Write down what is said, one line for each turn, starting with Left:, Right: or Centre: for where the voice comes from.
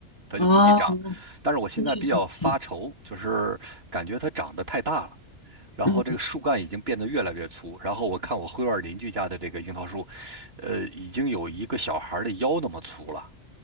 Right: 它就自己长。
Left: 哦，
Right: 但是我现在比较发愁，
Left: 那确实不错。
Right: 就是感觉它长得太大了，然后这个树干已经变得越来越粗，
Left: 嗯，
Right: 然后我看我后院邻居家的这个樱桃树，呃，已经有一个小孩儿的腰那么粗了。